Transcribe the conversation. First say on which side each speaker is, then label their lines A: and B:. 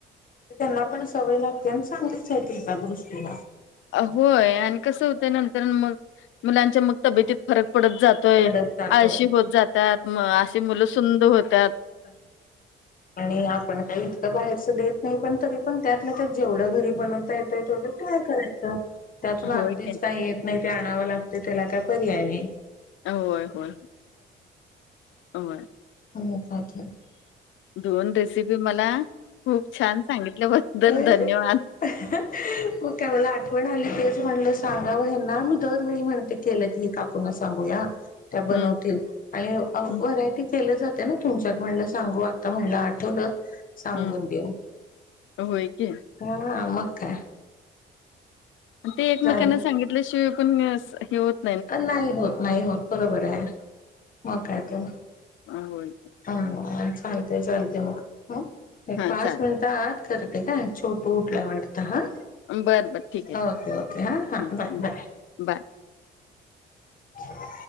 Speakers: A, on the left (about 45°); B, on the left (about 75°).
A: तेन्हा पण. सवय लागते आणि सांगितच आहेतील त्या दृष्टीला
B: होय आणि कसं होतंय नंतर मग मुलांच्या मग तब्येतीत फरक पडत जातो.
A: पडत जातो
B: आळशी होत जातात म अशी मुलं सुंद होतात.
A: हो का. आणि आपण काही इतकं बाहेरचं देत नाही पण तरी पण त्यात ना त्यात जेवढं घरी बनवताय. थोडं ट्राय करायचं. त्यातून
B: होय
A: अगदीच
B: की
A: काही येत नाही ते आणावं लागते त्याला काय पर्याय नाही.
B: होय हो होय.
A: हो पाठव.
B: दोन रेसिपी मला खूप छान सांगितल्याबद्दल
A: होय
B: धन्यवाद.
A: मग का मला आठवण आली तेच म्हणलं सांगावं हे ना मी दरवेळी म्हणते केलं. ही काकूना सांगूया त्या बनवतील.
B: हम्म
A: आणि व्हरायटी
B: हम्म
A: केलं जाते ना तुमच्यात म्हणलं सांगू आता म्हणलं आठवलं. सांगून
B: हम्म
A: देऊ
B: होय की
A: हा मग काय.
B: ते एकमेकांना
A: जाईल
B: सांगितल्याशिवाय पणअसं हे होत
A: पण नाही होत नाही होत बरोबर आहे मग काय त.
B: अ होय.
A: हा चालतेय चालते मग ह एक
B: हा
A: पाच
B: चालेल
A: मिनिटं आात करते काय. छोटू उठल्या
B: हा
A: वाटता हां
B: बरं बरं ठीक आहे
A: ओके ओके हां हां
B: हं
A: बाय
B: हं
A: बाय
B: बाय.
A: हो